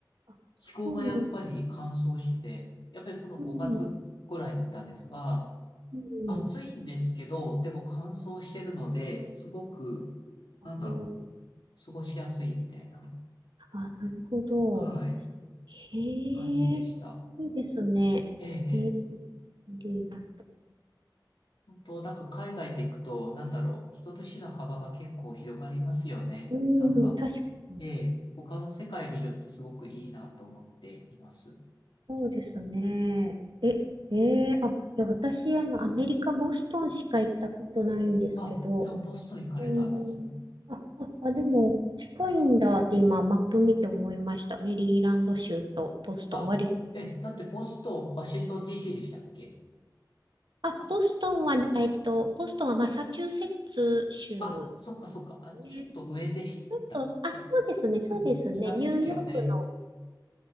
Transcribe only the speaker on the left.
気候がやっぱり乾燥してて、やっぱりこの5月ぐらいに行ったんですが、
暑いんですけど、でも乾燥してるので、すごく、
なんだろう、過ごしやすいみたいな、
はい、
感じでした。
ええ、ええ。
本当、なんか海外で行くと、なんだろう、人と死の幅が結構広がりますよね。
なんか、
ええ、他の世界見るってすごくいいなと思っています。
あ、でもボストン行かれたんですね。
あ、
えだってボストン、ワシントン DC でしたっけ
あ、
あ、そっかそっか、あ、
ちょっと上でしたっけ
うん、北ですよね。